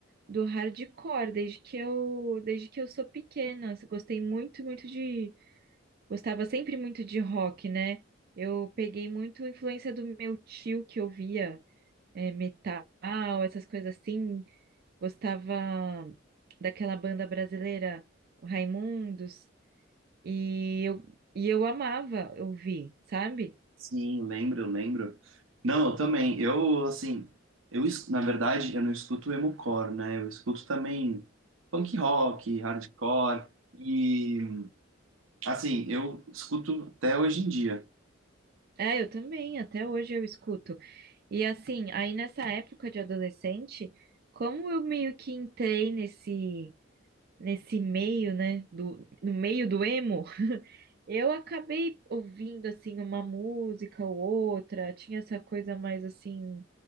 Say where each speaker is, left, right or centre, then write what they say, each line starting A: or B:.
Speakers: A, on the right; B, on the right.
A: do hardcore, desde que eu desde que eu sou pequena. Eu Gostei muito, muito de gostava sempre muito de rock, né? Eu peguei muito influência do meu tio que ouvia é, metal, essas coisas assim. Gostava daquela banda brasileira, o Raimundos. E eu, e eu amava ouvir, sabe?
B: Sim, lembro, lembro. Não, eu também. Eu, assim, eu, es- na verdade, eu não escuto emo-core, né? Eu escuto também punk rock, hardcore, e, assim, eu escuto até hoje em dia.
A: É, eu também, até hoje eu escuto. E assim, aí nessa época de adolescente, como eu meio que entrei nesse nesse meio, né, do no meio do emo, <laughs> eu acabei ouvindo assim uma música ou outra, tinha essa coisa mais assim,